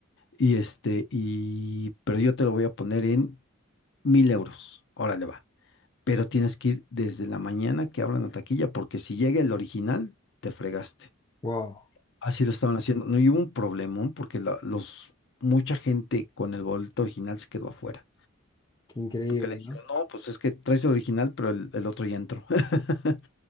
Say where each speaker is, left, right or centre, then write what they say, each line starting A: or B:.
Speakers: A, on the left; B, on the left.
A: y este, y, pero yo te lo voy a poner en 1000 euros. Órale, va pero tienes que ir desde la mañana que abran la taquilla, porque si llega el original, te fregaste.
B: wow.
A: Así lo estaban haciendo. No, y hubo un problemón porque la- los, mucha gente con el boleto original se quedó afuera.
B: Qué increíble,
A: Porque le dijeron,
B: ¿no?
A: no, pues es que traes el original, pero el, el otro ya entró. <laughs>